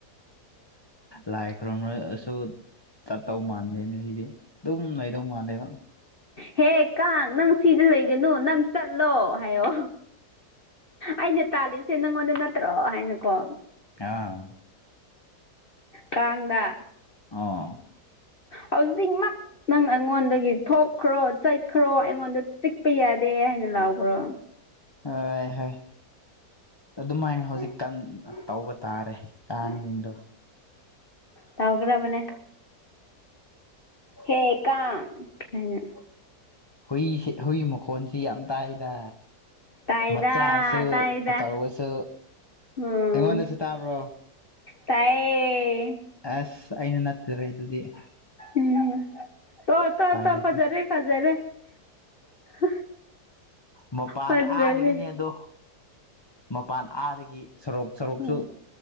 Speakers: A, on the left; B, on the left.
A: ꯂꯥꯏ ꯈꯨꯔꯨꯝꯔꯁꯨ ꯆꯠꯇꯧ ꯃꯥꯟꯗꯦꯅꯦ ꯁꯤꯗꯤ ꯑꯗꯨꯝ ꯂꯩꯗꯧ ꯃꯥꯟꯂꯦꯕ
B: ꯍꯦ ꯀꯥꯡ ꯅꯪ ꯁꯤꯗ ꯂꯩꯒꯅꯨ ꯅꯪ ꯆꯠꯂꯣ ꯍꯥꯏꯌꯣ ꯑꯩꯅ ꯇꯥꯜꯂꯤꯁꯦ ꯅꯪꯉꯣꯟꯗ ꯅꯠꯇ꯭ꯔꯣ ꯍꯥꯏꯅꯀꯣ
A: ꯑꯥ
B: ꯀꯥꯡꯗ꯫
A: ꯑꯥ
B: ꯍꯧꯖꯤꯛꯃꯛ ꯅꯪ ꯑꯩꯉꯣꯟꯗꯒꯤ ꯊꯣꯛꯈ꯭ꯔꯣ ꯆꯠꯈ꯭ꯔꯣ ꯑꯩꯉꯣꯟꯗ ꯆꯤꯛꯄ ꯌꯥꯏ ꯗꯦ ꯍꯥꯏꯅ ꯂꯥꯎꯈ꯭ꯔꯣ꯫
A: ꯍꯣꯏ ꯍꯣꯏ ꯑꯗꯨꯃꯥꯏ ꯍꯧꯖꯤꯛ ꯀꯟ ꯇꯧꯕ ꯇꯥꯔꯦ ꯀꯥꯡꯗꯣ꯫
B: ꯇꯧꯒ꯭ꯔꯕꯅꯦ꯫ ꯍꯦ ꯀꯥꯡ ꯍꯥꯏꯅ꯫
A: ꯍꯨꯏꯁꯤ ꯍꯨꯏ ꯃꯈꯣꯟꯁꯤ ꯌꯥꯝ ꯇꯥꯏꯗ꯫
B: ꯇꯥꯏꯗ
A: ꯃꯆꯥꯁꯨ
B: ꯇꯥꯏꯗ
A: ꯑꯆꯧꯕꯁꯨ꯫
B: ꯎꯝ
A: ꯑꯩꯉꯣꯟꯗꯁꯨ ꯇꯥꯕ꯭ꯔꯣ?
B: ꯇꯥꯏꯌꯦ꯫
A: ꯑꯁ ꯑꯩꯅ ꯅꯠꯇꯔꯦ ꯗꯨꯗꯤ꯫
B: ꯎꯝ ꯇ ꯇ ꯇ
A: ꯂꯩꯇ꯭ꯔꯦ
B: ꯐꯖꯔꯦ ꯐꯖꯔꯦ꯫ <unintelligible>
A: ꯃꯄꯥꯟ
B: ꯐꯖꯔꯦ
A: ꯑꯥꯗꯒꯤꯅꯦ ꯑꯗꯣ ꯃꯄꯥꯟ ꯑꯥꯗꯒꯤ꯫ ꯁꯣꯔꯣꯛ ꯁꯣꯔꯣꯛꯁꯨ
B: ꯎꯝ